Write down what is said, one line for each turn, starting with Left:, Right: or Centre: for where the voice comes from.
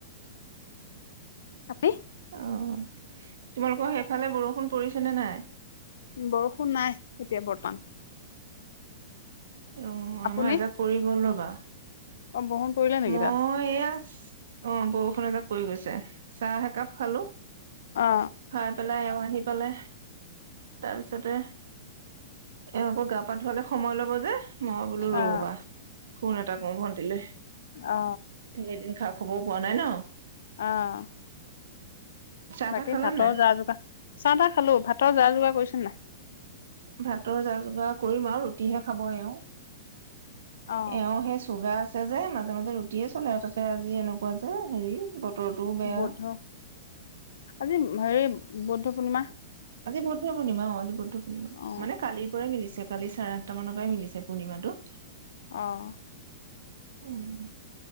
Left: আপি
Right: অ তোমালোকৰ সেইফালে বৰষুণ পৰিছে নে নাই
Left: বৰষুণ নাই এতিয়া বৰ্তমান
Right: অ
Left: আপুনি
Right: আমাৰ এজাক পৰি গ'ল ৰ'বা
Left: অ বষুণ পৰিলে নেকি
Right: মই
Left: তাত
Right: এয়া অ বৰষুণ এজাক পৰি গৈছে চাহ এক একাপ খালো
Left: অ
Right: খাই পেলাই হয় আহি পালে তাৰপিছতে এওঁ আকৌ গা পা ধোৱালে সময় লব যে মই বোলো ৰবা
Left: অ
Right: ফোন এটা কওঁ ভন্টিলে
Left: অ
Right: সে এদিন খাব শুবও পৱা নাই ন
Left: অহ
Right: চাহ
Left: বাকী
Right: তাহ খালা
Left: ভাতৰ
Right: নাই
Left: যা যোগাৰ, চাহ তাহ খালো ভাত ত যা যোগাৰ কৰিছিল নাই
Right: ভাতৰ যা যোগাৰ কৰিম আৰু ৰাতিহে খাব এওঁ
Left: অ
Right: এওঁ সেই চুগা আছে যে মাজে মাজে ৰুটিয়ে চলে আৰু তাতে আজি এনেকুৱা যে হেৰি বতৰটোও বেয়া।
Left: বৌদ্ধ, আজি হেৰি, বৌদ্ধ পুৰৰ্ণি মা
Right: আজি বহুত বহুত শুনিম অ' আজি <unintelligible>
Left: অ
Right: মানে কালিৰ পৰাই মিলিছে। কালি চাৰে আঠটা মানৰ পৰাই মিলিছে পূৰ্ণিমাটো
Left: অহ
Right: উম